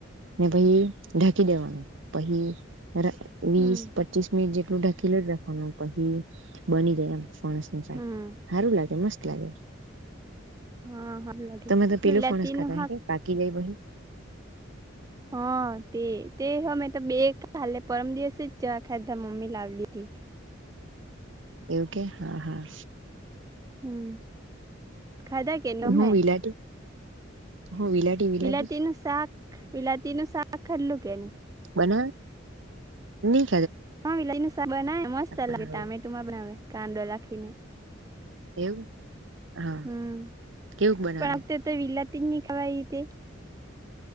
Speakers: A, on the right (about 70°); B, on the right (about 15°).
A: ને પહી ઢાકી દેવાનું પહી ને વીસ
B: હમ
A: પચીસ મિનિટ જેટલું ઢકીને જ રાખવાનું, પછી બની જાય, એમ. ફણસ નું શાક.
B: હમ
A: હારું લાગે, મસ્ત લાગે.
B: હા હારું લાગે
A: તોમે તો પેલું
B: વિલાતી
A: ફણસ ખાતા
B: નું
A: અહે
B: હાક
A: કે પાકી ગઈ પહી
B: હા, તે તે હમે તો બે, હા, પરમ દિવસે જ ખાધા મમ્મી લાવેલી તે
A: એવું કે હા, હા.
B: હમ્મ, ખાધા કે તમે?
A: હું વિલાટી હું વિલાટી વિલાટી
B: વિલાતી નું શાક, વિલાતી નું શાક ખાધેલું કે ની?
A: બનાએ ની
B: હા, વિલાઈ નું બનાવે મસ્ત
A: બનાવેલું
B: લાગે. ટામેટોમાં બનાવે, કાંદો લીખીને
A: એવું હા
B: હમ્મ
A: કેવુંક બનાવે
B: પણ આ વખતે તો વિલાતીની વાઈ હતી.